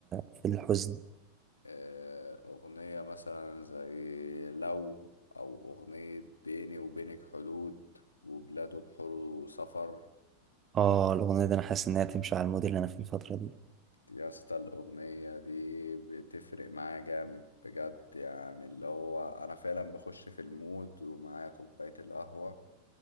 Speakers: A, on the right (about 25°); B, on the left (about 80°).
A: في الحزن
B: آه، أغنية مثلا زي لو أو أغنية بيني وبينك حدود وبلاد وبحور سفر
A: آه الأغنية دي أنا حاسس إنها تمشي على المود اللي أنا فيه الفترة دي
B: يا اسطى الأغنية دي بتفرق معايا جامد بجد يعني اللي هو أنا فعلا بخش في المود ومعايا كوباية القهوة